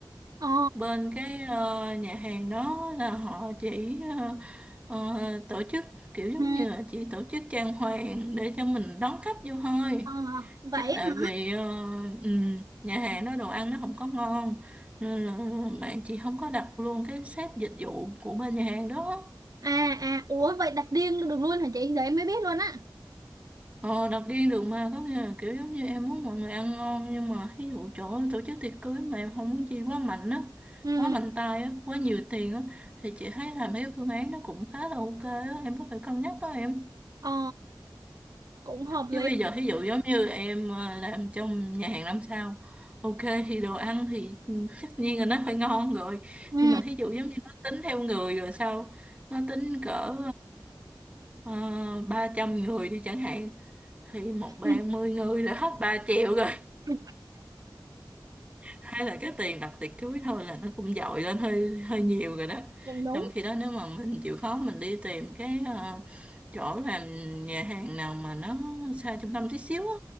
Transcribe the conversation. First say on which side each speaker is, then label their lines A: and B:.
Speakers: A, on the right (about 50°); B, on the right (about 15°).
A: ờ
B: bên cái ờ, nhà hàng đó là họ chỉ ờ, ờ, tổ chức kiểu giống
A: ừ
B: như là chỉ tổ chức trang hoàng để cho mình đón khách vô thôi
A: ờ vậy
B: chứ tại
A: hả
B: vì ờ, ừm, nhà hàng đó đồ ăn nó không có ngon nên là bạn chị không có đặt luôn cái set dịch vụ của bên nhà hàng đó
A: à à ủa vậy đặt riêng được luôn hả chị giờ em mới biết luôn á
B: Ờ, đặt riêng được mà có nghĩa là kiểu giống như em muốn mọi người ăn ngon nhưng mà ví dụ chỗ tổ chức tiệc cưới mà em không muốn chi quá mạnh á
A: ừ
B: quá mạnh tay á quá nhiều tiền á thì chị thấy là mấy cái phương án nó cũng khá là ok á em có thể cân nhắc đó em
A: ờ cũng hợp lý
B: chứ bây giờ ví dụ giống như em ờ, làm trong nhà hàng năm sao ok thì đồ ăn thì ừ, tất nhiên là nó phải ngon rồi
A: ừ
B: nhưng mà thí dụ giống như nó tính theo người rồi sao nó tính cỡ uh, ba trăm người đi chẳng hạn thì một ba
A: ừ,
B: mươi người là hết 3 triệu rồi
A: ừ,
B: hay là cái tiền đặt tiệc cưới thôi là nó cũng dội lên hơi hơi nhiều rồi đó
A: cũng đúng
B: trong khi đó nếu mà mình chịu khó mình đi tìm cái ờ, chỗ làm nhà hàng nào mà nó xa trung tâm tí xíu á